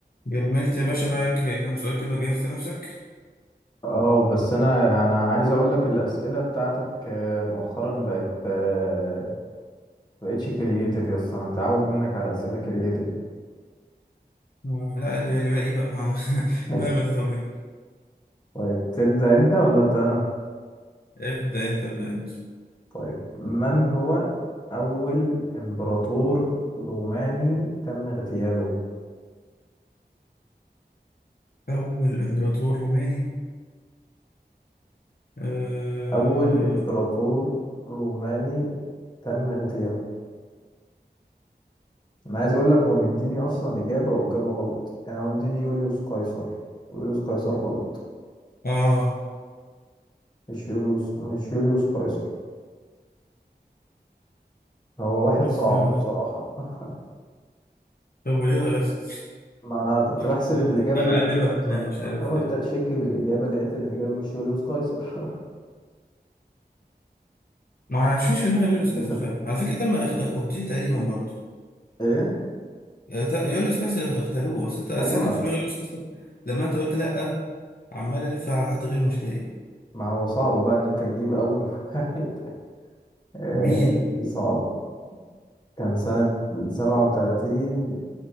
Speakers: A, on the left; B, on the left.
A: جملت يا باشا بقى ك- كام سؤال كده وجهزت نفسك
B: اه بس انا انا عايز اقول لك الاسئله بتاعتك آه، مؤخرا بقت آه، بقتش كرييتيف يا اسطى انا متعود منك على اسئله كرييتيف
A: و- لا اللي اللي باقي بقى ما <laughs>
B: <laughs>
A: فاهم ما تتعبوني
B: طيب تبدا انت ولا ابدا انا
A: ابدأ انت ابدأ انت
B: طيب من هو اول امبراطور روماني تم اغتياله
A: أول إمبراطور روماني آه
B: اول امبراطور روماني تم اغتياله انا عايز اقول لك هو مديني اصلا اجابه واجابه غلط يعني هو مديني يوليوس قيصر ويوليوس قيصر غلط
A: آه
B: مش يوليوس مش يوليوس قيصر هو واحد
A: استنى
B: صعب بصراحة <laughs>
A: طب وليه الغلاسة؟
B: ما أنا كنت بحسب
A: <laughs> استنى
B: إن الإجابة يوليوس
A: أقلبها
B: قيصر
A: في دماغي مش عارف
B: فحاولت <laughs> أتشكي بالإجابة لقيت إن الإجابة مش يوليوس قيصر <laughs>
A: ما أنا مش فيش في دماغي يوليوس
B: جيزة
A: قيصر فعلا على فكرة تم اخ- اخ- اغتيل تقريبا برضه
B: إيه؟
A: آه، ت- يوليوس قيصر اختاروه بس أنت أصل
B: أيوة
A: أنا كان في دماغي يوليوس قيصر لما أنت قلت لأ عمال ألف على حد غيره مش لاقي
B: <laughs> ما هو صعب بقى إن أنت تجيب أول <laughs> واحد آه،
A: مين؟
B: دي صعب كان سنة سبعة وتلاتين